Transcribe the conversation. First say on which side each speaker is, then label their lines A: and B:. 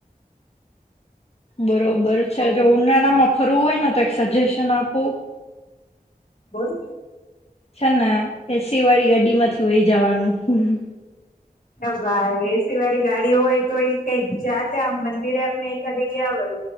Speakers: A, on the left (about 40°); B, on the left (about 65°).
A: બરો બર છે,
B: તો
A: જો ઉનાળામાં ફરવું હોયને તો એક સજેશન આપું?
B: બોલ?
A: છે ને એસીવાળી ગાડીમાંથી વહી જાવાનું. હમ.
B: ભાઈ, એ સી વાળી ગાડી હોય, તો ઈ કંઈક જ્યાં ત્યાં મંદિરે આપને એકાદ જગ્યાએ ગ્યા હોય,